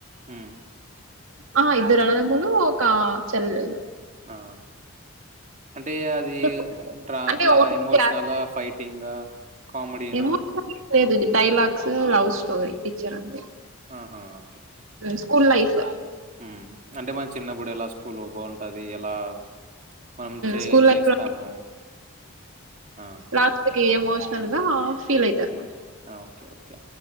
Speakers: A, on the right; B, on the right.
A: ఉం
B: ఆహా ఇద్దరు అన్నదములు ఒక చెల్ల.
A: ఆ అంటే అది
B: అంటే అంటే
A: అట్లా
B: ఓన్లీ
A: ఎమోషనల,
B: క్లాస్
A: ఫైటింగ్ ఆ కామెడీనా.
B: ఏమో లేదు ఇది డైలాగ్స్ లవ్ స్టోరీ. పిక్చర్ అంతే,
A: ఆ
B: స్కూల్ లైఫ్
A: హ్మ్. అంటే మనం చిన్నప్పుడు ఎలా స్కూల్ బాగుంటది ఎలా మనం చే
B: స్కూల్
A: చేస్తాము.
B: లైఫ్ లో
A: ఆ!
B: లాస్ట్ కి మల్ గా ఫీల్ అయితరు.
A: ఓకే ఓకే